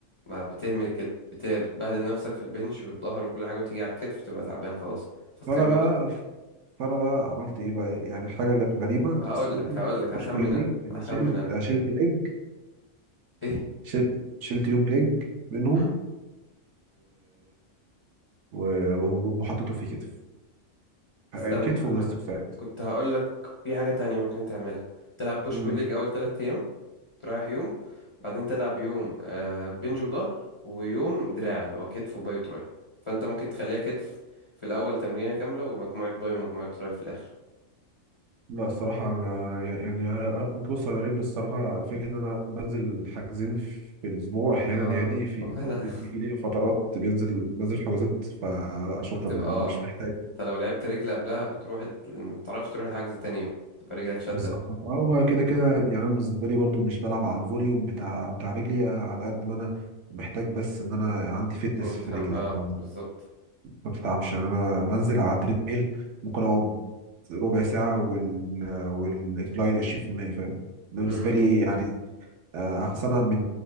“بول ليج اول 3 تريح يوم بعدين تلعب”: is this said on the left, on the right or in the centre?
Left